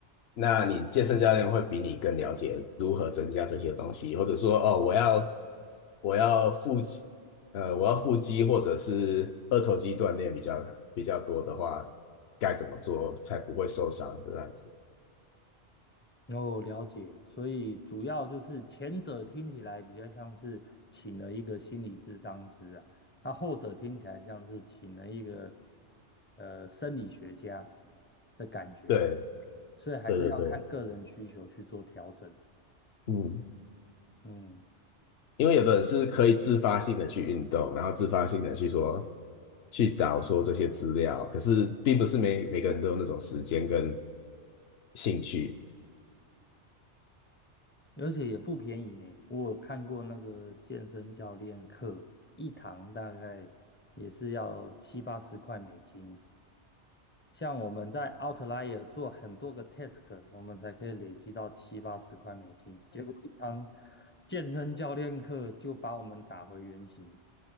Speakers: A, on the left; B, on the left.
A: 那你健身教练会比你更了解如何增加这些东西，或者说哦，我要我要腹肌，呃，我要腹肌或者是二头肌锻炼比较比较多的话，该怎么做才不会受伤这样子？
B: 哦，了解，所以主要就是前者听起来比较像是请了一个心理咨商师啊，那后者听起来像是请了一个呃生理学家的感觉，
A: 对
B: 所以还是要看个人需求去做调整。
A: 对对对，嗯。
B: 嗯。
A: 因为有的人是可以自发性的去运动，然后自发性的去说去找说这些资料，可是并不是每每个人都有那种时间跟兴趣。
B: 而且也不便宜呢。我有看过那个健身教练课，一堂大概也是要七八十块美金。像我们在 Outlier 做很多个 task，我们才可以累积到七八十块美金。结果一堂健身教练课就把我们打回原形，